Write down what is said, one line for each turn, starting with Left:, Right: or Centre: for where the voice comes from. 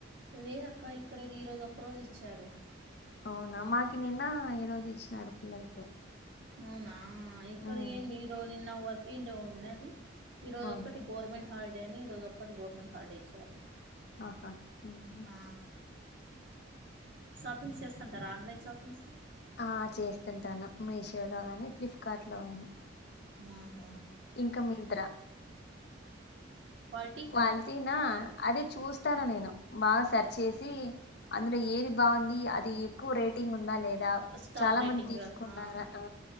Right: లేదక్క ఇక్కడది ఈ రోజు ఒక్క రోజు ఇచ్చారు
Left: అవునా మాకి నిన్న ఈ రోజు ఇచ్చినారు పిల్లలకి
Right: అవునా ఇక్కడ
Left: ఉమ్
Right: ఏమి ఈరో నిన్న వర్కింగ్ డే ఉన్నది ఈ రోజు
Left: అవునులే
Right: ఒకటి గవర్మెంట్ హాలిడే అని ఈ రోజు ఒక్కటి గవర్నమెంట్ హాలిడే ఇచ్చారు
Left: ఆహా ఉహు
Right: ఆ షాపింగ్స్ చేస్తాంటారా ఆన్లైన్ షాపింగ్స్
Left: ఆ చేస్తుంటాను మీషోలో గాని ఫ్లిప్కార్ట్ లో గాని
Right: ఒహో
Left: ఇంకా మింత్రా
Right: క్వాలిటీ
Left: క్వాలి టిన అదే చూస్తాన నేను బా సర్చ్ చేసి అందులో ఏది బాగుంది అది ఎక్కువ రేటింగ్ ఉందా లేదా
Right: స్టార్
Left: చాలా
Right: రేటింగ్
Left: మంది తీసుకున్నారా
Right: ఆ
Left: ఆ